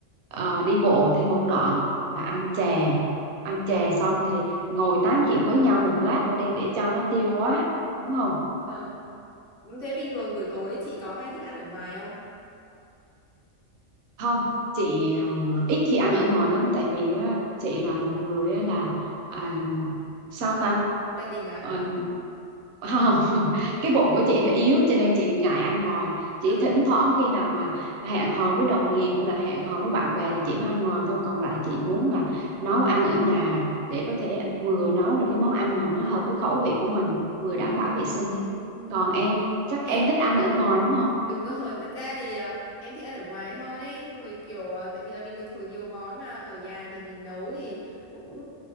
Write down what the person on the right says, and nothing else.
ờ, đi bộ thêm một đoạn và ăn chè ăn chè xong thì ngồi tám chuyện với nhau một lát nữa đi để cho nó tiêu hóa đúng không
không chị um, ít khi ăn ở ngoài lắm tại vì á, chị là một người á, là à, sao ta
Ờ, không <laughs> cái bụng của chị nó yếu cho nên chị ngại ăn ngoài chỉ
thỉnh thoảng khi nào mà hẹn hò với đồng nghiệp hay là hẹn hò với bạn bè thì chị mới ăn ngoài thôi còn lại là chị muốn là nấu ăn ở nhà để có thể vừa nấu được cái món ăn mà nó hợp với khẩu vị của mình vừa
đảm bảo vệ sinh đấy
còn em chắc
em thích ăn ở ngoài đúng không